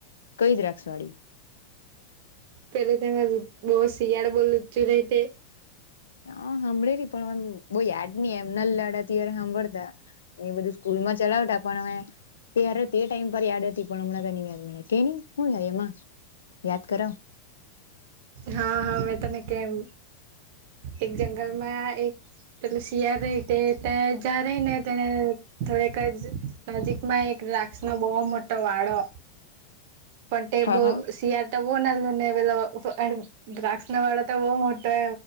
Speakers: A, on the left; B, on the right.
A: કઈ દ્રાક્ષવાળી?
B: પેલા તેમાં બૌ શિયાળો બો લુચો રે તે.
A: હા હાંભળે પરં બવ યાદ ની એમ નલાડા ત્યારે હાંભળતા એ બધું સ્કૂલ માં ચલાવતા પણ અમે- તરે તે ટાઈમ પર યાદ હતી પણ હમણાં તને યાદ મળે કે નહી હું એમાં? યાદ કરાવ.
B: હા હા મેં તને કેમ એક જંગલમાં એક પેલું શિયાળ રેય તે તેને થોડક જ નજીકમાં એક દ્રાક્ષ નો બો મોટો વાડો પણ તે
A: હા હા
B: શિયાળ તો બો નાનું ને પેલો દ્રાક્ષ ના વાળો તો બો મોટો